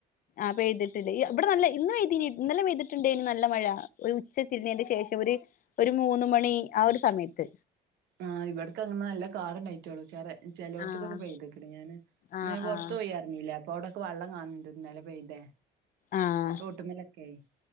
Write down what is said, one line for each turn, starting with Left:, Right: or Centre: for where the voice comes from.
Left: അപ്പൊ പെയ്തിട്ടില്ലേ? ഇവിടെ നല്ല ഇന്ന് പെയ്തിനി ഇന്നലെ പെയ്തിട്ടുണ്ട് ഇനി നല്ല മഴ ഒരു ഉച്ച തിരിഞ്ഞതിന്റെ ശേഷം. ഒരു ഒരു മൂന്ന് മണി ആ ഒരു സമയത്ത്.
Right: ആ ഇവിടക്ക അങ്ങെ നല്ല കാറിണ്ടായിട്ടോള്ളൂ ചോറേ ചെലോടത്
Left: ആഹ്
Right: കൊക്കെപെയ്ത് ക്ക്ണ്ണ്, ഞാൻ ഇന്ന്
Left: ആഹ്
Right: ഞാൻ പുറത്ത്
Left: ആഹ്
Right: പോയാ ല്ല അപ്പൊ അവിടൊക്കെ വെള്ളം കാണുന്നുണ്ട്, ഇന്നലെ പെയ്തെ
Left: ആഹ്
Right: തോട്ടുമ്മലൊക്കെ, ആ